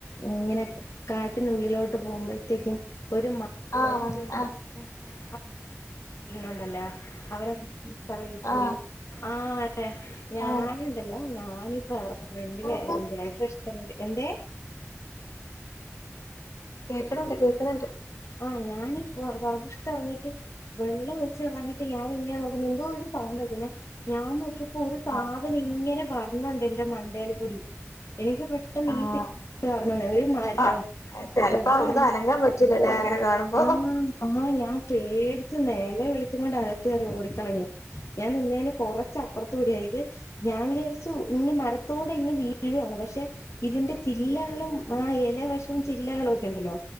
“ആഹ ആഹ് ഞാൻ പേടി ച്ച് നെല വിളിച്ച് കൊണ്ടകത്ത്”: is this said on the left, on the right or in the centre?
Left